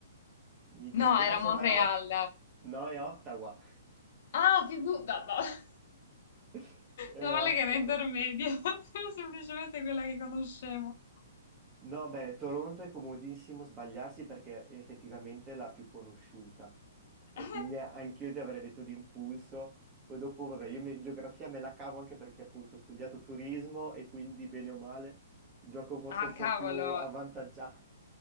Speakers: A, on the right; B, on the left.
A: Mi dispiace,
B: No, era Montreal.
A: ma è Ot- No, è Ottawa.
B: Ah, figu... No, no. <laughs>
A: <laughs> È
B: Meno
A: Ottawa.
B: male che era intermedia, <laughs> era semplicemente quella che conoscevo.
A: No, beh, Toronto è comodissimo sbagliarsi perché è effettivamente la più conosciuta. E
B: <laughs>
A: quindi a- anch'io ti avrei detto d'impulso. Poi dopo, vabbè, io mi- in geografia me la cavo anche perché appunto ho studiato turismo e quindi bene o male gioco forse
B: Ah,
A: un po'
B: cavolo,
A: più avvantaggiato.